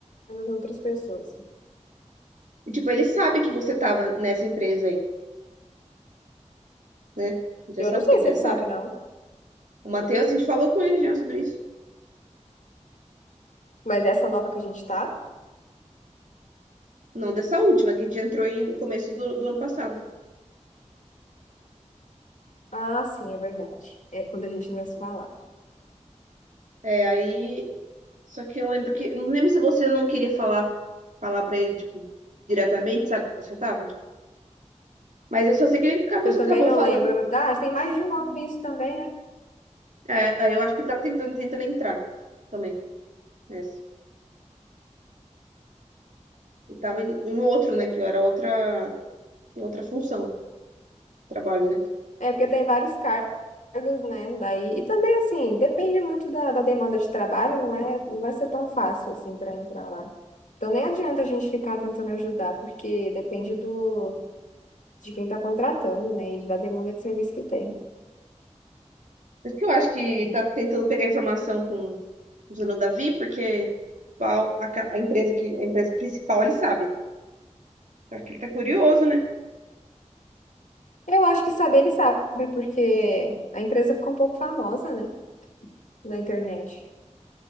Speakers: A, on the left; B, on the right.
A: das outras pessoas.
B: E, tipo, ele sabe que você tava nessa empresa aí, né? Ele já
A: Eu
B: sabe,
A: não sei
B: ele
A: se
B: já
A: ele
B: sabe.
A: sabe, não,
B: O Matheus, a gente falou com ele já sobre isso.
A: mas essa nova que a gente tá.
B: Não dessa última, que a gente entrou em, no começo do, do ano passado.
A: Ah, sim, é verdade. É quando a gente não se falar.
B: É, aí. Só que eu lembro que. Não lembro se você não queria falar, falar pra ele, tipo, diretamente, sabe, que você tava. Mas eu só sei que ele acabou,
A: Eu também
B: acabou
A: não
B: falando.
A: lembro. Ah, tem mais de um ano isso também, né?
B: É, aí eu acho que ele tava tentando, tentando entrar também. nessa. Eu tava em, em outro, né? Que eu era outra, em outra função, trabalho, né?
A: É porque tem vários car- cargos, né? Daí, e também, assim, depende muito da, da demanda de trabalho, não é? Não vai ser tão fácil, assim, para entrar lá. Então, nem adianta a gente ficar tentando ajudar, porque depende do, de quem está contratando, né? E da demanda de serviço que tem.
B: Por isso que eu acho que tá tentando pegar informação com o Zelo Davi, porque qual- a, ca- a empresa que a empresa principal ele sabe. Acho que ele tá curioso, né?
A: Eu acho que saber ele sabe, porque a empresa ficou um pouco famosa, né? Na internet.